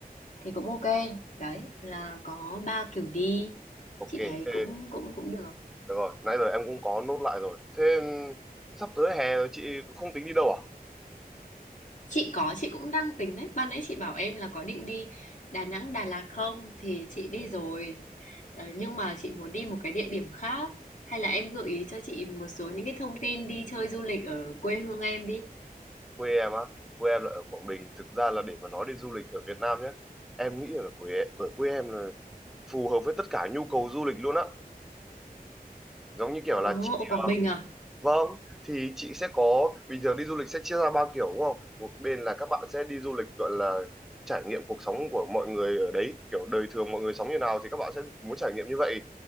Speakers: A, on the left; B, in the centre.
A: thì cũng ok. Đấy, là có ba kiểu đi.
B: ok
A: Chị thấy
B: thế
A: cũng cũng cũng được.
B: được rồi nãy giờ em cũng có nốt lại rồi thế sắp tới hè rồi chị cũng không tính đi đâu à
A: Chị có, chị cũng đang tính đấy. Ban nãy chị bảo em là có định đi Đà Nẵng, Đà Lạt không thì chị đi rồi. Ờ, nhưng mà chị muốn đi một cái địa điểm khác hay là em gợi ý cho chị một số những cái thông tin đi chơi du lịch ở quê hương em đi.
B: quê em á quê em là ở Quảng Bình thực ra là để mà nói đi du lịch ở Việt Nam nhé em nghĩ ở quê ở quê em là phù hợp với tất cả nhu cầu du lịch luôn á giống như kiểu
A: Ồ,
B: là chị
A: ở Quảng Bình à?
B: vâng thì chị sẽ có bình thường đi du lịch sẽ chia ra ba kiểu đúng không một bên là các bạn sẽ đi du lịch gọi là trải nghiệm cuộc sống của mọi người ở đấy kiểu đời thường mọi người sống như nào thì các bạn sẽ muốn trải nghiệm như vậy